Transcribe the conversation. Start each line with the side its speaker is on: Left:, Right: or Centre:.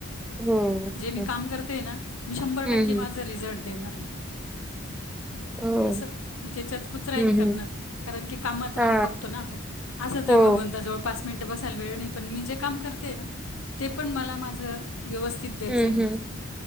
Centre: हो
Left: जे मी
Centre: हम्म
Left: काम करते ना मी शंभर
Centre: हम्म
Left: टक्के माझ रिझल्ट देणार. ह
Centre: हो
Left: असं मी त्याच्यात कुचराय
Centre: हम्म
Left: नाही करणार
Centre: हम्म
Left: कारण की कामात रा
Centre: हा
Left: आम बघतो ना आपण असं त
Centre: हो
Left: बघ जवळ पाच मिनिट बसायला वेळ नाही पण मी जे काम करते ना ते पण मला माझ व्यवस्थित
Centre: हम्म
Left: द्यायचंय माझं
Centre: हम्म